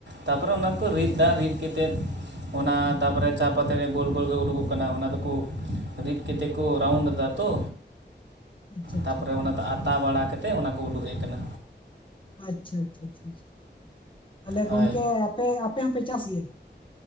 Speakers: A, on the right; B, on the left.
A: ᱛᱟᱯᱚᱨᱮ ᱚᱱᱟ ᱠᱚ ᱨᱤᱫ ᱫᱟ ᱨᱤᱫ ᱠᱮᱛᱮᱫ ᱚᱱᱟ ᱛᱟᱯᱚᱨᱮ ᱪᱟ ᱯᱟᱹᱛᱤ ᱨᱮᱭᱟᱜ ᱜᱳᱞ ᱜᱳᱞ ᱜᱮ ᱩᱰᱩᱜᱚᱜ ᱠᱟᱱᱟ ᱚᱱᱟ ᱫᱚᱠᱚ ᱨᱤᱫ ᱠᱮᱛᱮ ᱠᱚ ᱨᱟᱣᱩᱱᱰ ᱫᱟ ᱛᱚ,
B: ᱟᱪᱪᱷᱟ ᱟᱪᱪᱷᱟ
A: ᱛᱟᱯᱚᱨᱮ ᱚᱱᱟ ᱫᱚ ᱟᱛᱟ ᱵᱟᱲᱟ ᱠᱟᱛᱮᱜ ᱚᱱᱟ ᱠᱚ ᱩᱰᱩᱠᱮᱜ ᱠᱟᱱᱟ᱾
B: ᱟᱪᱪᱷᱟ ᱟᱪᱪᱷᱟ ᱟᱪᱪᱷᱟ ᱟᱞᱮ
A: ᱦᱳᱭ
B: ᱜᱚᱢᱠᱮ ᱟᱯᱮ ᱟᱯᱮ ᱦᱚᱸᱯᱮ ᱪᱟᱥ ᱜᱮᱭᱟ?